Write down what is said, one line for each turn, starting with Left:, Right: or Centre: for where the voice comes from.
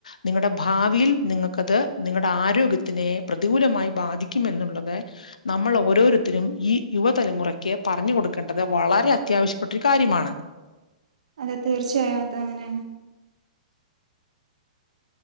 Left: നിങ്ങടെ ഭാവിയിൽ നിങ്ങൾക്കത് നിങ്ങടെ ആരോഗ്യത്തിനെ... പ്രതികൂലമായി ബാധിക്കും എന്നുള്ളത് നമ്മൾ ഓരോരുത്തരും ഈ യുവതലമുറയ്ക്ക് പറഞ്ഞ് കൊടുക്കേണ്ടത് വളരെ അത്യാവശ്യപ്പെട്ട ഒരു കാര്യമാണ്
Right: അതെ തീർച്ചയായും അത അങ്ങനെണ്